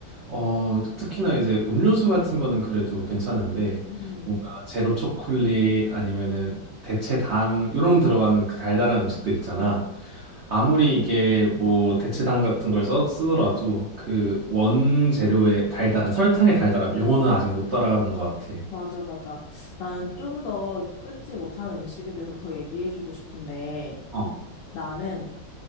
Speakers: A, on the right; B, on the left.
A: 어, 특히나 이제 음료수 같은 거는 그래도 괜찮은데
B: 음,
A: 뭔가 제로 초콜릿 아니면은 대체 당 요런 들어가는 그 달달한 음식들 있잖아. 아무리 이게 뭐 대체당 같은 걸 써, 쓰더라도 그 원재료의 달달한 설탕의 달달함 요거는 아직 못 따라가는 것 같아.
B: 맞아, 맞아. 나는 좀 더 끊지 못하는 음식에 대해서 더 얘기해주고 싶은데
A: 어.
B: 나는